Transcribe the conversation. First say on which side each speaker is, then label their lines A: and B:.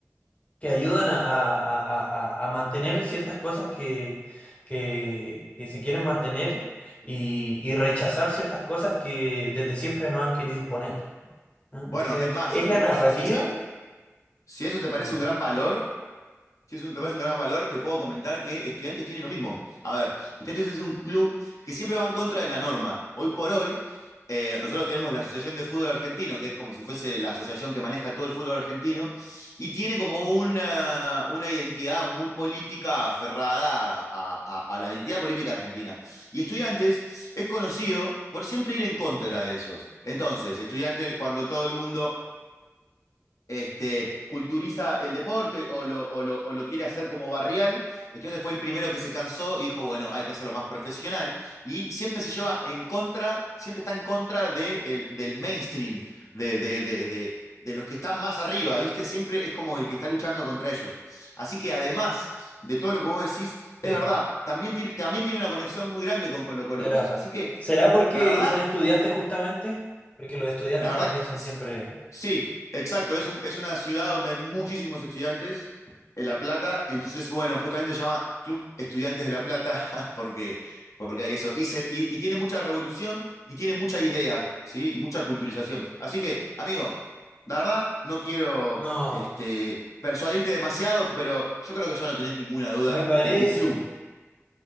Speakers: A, on the left (about 25°); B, on the left (about 70°).
A: que ayudan a, a- a- a- a mantener ciertas cosas que, que, que se quieren mantener y, y rechazar ciertas cosas que desde siempre nos han querido imponer, ¿no?
B: Bueno,
A: Ese-
B: es más,
A: ¿Es,
B: si,
A: la
B: te, gu-
A: narrativa?
B: si, si- si si eso te parece
A: Viene.
B: un gran valor, si eso te parece un gran valor, te puedo comentar que Estudiantes tiene lo mismo. A ver, Estudiantes es un club que siempre va en contra de la norma. Hoy por hoy, eh, nosotros tenemos la Asociación de Fútbol Argentino, que es como si fuese la asociación que maneja todo el fútbol argentino, y tiene como una, una identidad muy política aferrada a, a a la identidad política argentina. Y Estudiantes es conocido por siempre ir en contra de ellos. Entonces, Estudiantes, cuando todo el mundo este, culturiza el deporte o lo, o lo- o lo quiere hacer como barrial. Entonces fue el primero que se cansó y dijo, bueno, hay que hacerlo más profesional. Y siempre se lleva en contra, siempre está en contra de el- del mainstream, de, de, de, de, de los que están más arriba, ¿viste? Siempre es como el que está luchando contra ellos. Así que además de todo lo que vos decís, es
A: Sí,
B: verdad, también tiene, también tiene una conexión muy grande con Colo Colo
A: será.
B: con eso. Así que,
A: ¿Será porque
B: la verdad,
A: son estudiantes justamente? Porque los estudiantes
B: la verdad,
A: también son
B: que es-
A: siempre...
B: sí, exacto. Es un- es una ciudad donde hay muchísimos estudiantes en La Plata. Entonces, bueno, justamente se llama Club Estudiantes de La Plata <laughs> porque, porque hay eso. Y, se- y- y tiene mucha revolución y tiene mucha idea, ¿sí? Y mucha culturización. Así que, amigo, la verdad, no quiero
A: No,
B: este, persuadirte demasiado, pero yo creo que ya no tenés ninguna duda
A: me parece.
B: que tu club,